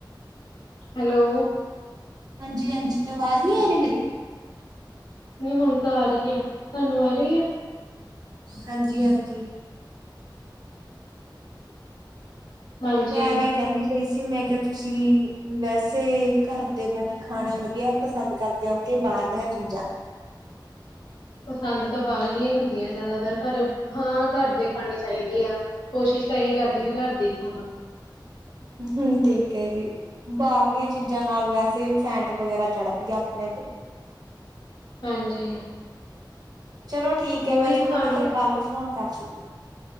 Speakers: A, on the left (about 80°); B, on the right (about 55°).
A: ਹੈਲੋ
B: ਹਾਂਜੀ ਹਾਂਜੀ ਆਵਾਜ਼ ਨੀ ਆ ਰਹੀ ਮੇਰੀ
A: ਨਹੀਂ ਹੁਣ ਤਾਂ ਆ ਰਹੀ ਆ ਤੁਹਾਨੂੰ ਆ ਰਹੀ ਆ
B: ਹਾਂਜੀ ਹਾਂਜੀ
A: ਹਾਂਜੀ,
B: ਮੈਂਵੇਂ ਕਹਿੰਦੀ ਪਈ ਸੀ ਜਿਵੇਂ ਕਿਹਾ ਤੁਸੀਂ ਵੈਸੇ ਘਰ ਦੇ ਬਣੇ ਖਾਣੇ ਵਧੀਆ ਪਸੰਦ ਕਰਦੇ ਹੋ ਕਿ ਬਾਹਰ ਦੀਆਂ ਚੀਜ਼ਾਂ
A: ਪਸੰਦ ਤਾਂ ਬਾਲ ਨੀਆਂ ਹੁੰਦੀਆਂ ਜ਼ਿਆਦਾਤਰ ਪਰ ਹਾਂ ਘਰ ਦੇ ਖਾਣੇ ਚਾਹੀਦੇ ਆ ਕੋਸ਼ਿਸ਼ ਤਾਂ ਇਹੀ ਕਰਦੀ ਵੀ ਘਰ ਦੇ ਹੀ ਖਾਣਾ
B: ਹਮ ਠੀਕ ਹੈ ਜੀ ਬਾਹਰ ਦੀਆਂ ਚੀਜ਼ਾਂ ਨਾਲ ਵੈਸੇ ਸ਼ੈਂਟ ਵਗੈਰਾ ਚੜਪ ਗਿਆ ਆਪਣੇ ਤੇ
A: ਹਾਂਜੀ
B: ਚਲੋ ਠੀਕ ਹੈ ਮੈਂ
A: ਉਹੀ
B: ਤੁਹਾਨੂੰ
A: ਖਾਣੀ
B: ਨਾ ਫਿਰ
A: ਆ।
B: ਕੱਲ ਫੋਨ ਕਰਦੀ ਹਾਂ